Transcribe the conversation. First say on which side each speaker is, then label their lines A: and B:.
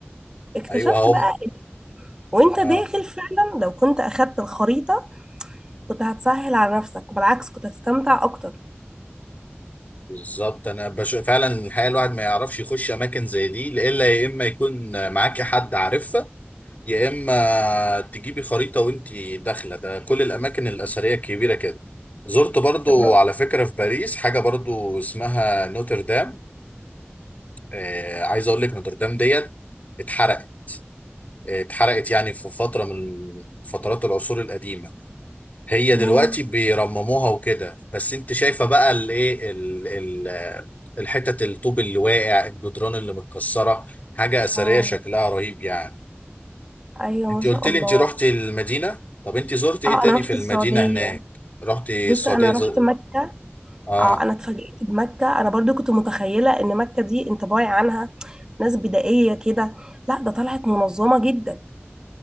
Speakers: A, on the right (about 20°); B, on the left (about 40°).
A: اكتشفت
B: ايوه
A: بقى
B: هم
A: وانت
B: اه
A: داخل فعلا لو كنت اخدت الخريطة كنت هتسهل على نفسك وبالعكس كنت هتستمتع اكتر
B: بالظبط انا بش... فعلا الحقيقه الواحد ما يعرفش يخش اماكن زي دي الا يا اما يكون معاك حد عارفها يا اما تجيبي خريطه وانتي داخله ده كل الاماكن الاثريه الكبيره كده زرت برضو
A: طب رحت-
B: على فكره في باريس حاجه برضو اسمها نوتردام آه عايز اقول لك نوتردام ديت اتحرقت آه، اتحرقت يعني في فتره من فترات العصور القديمه هي
A: ياه
B: دلوقتي بيرمموها وكده بس انت شايفه بقى الايه ال- ال- آه، الحتت الطوب اللي واقع الجدران اللي متكسره حاجه اثريه
A: اه
B: شكلها رهيب يعني
A: ايوه
B: انت
A: ما شاء
B: قلت لي
A: الله
B: انت رحت المدينة طب انت زرت ايه
A: اه
B: تاني
A: انا رحت
B: في المدينة
A: السعودية
B: هناك رحت السعودية
A: بص انا رحت
B: زر...
A: مكة
B: اه
A: اه انا اتفاجئت بمكة انا برضو كنت متخيلة ان مكة دي انطباعي عنها ناس بدائية كده لا ده طلعت منظمة جدا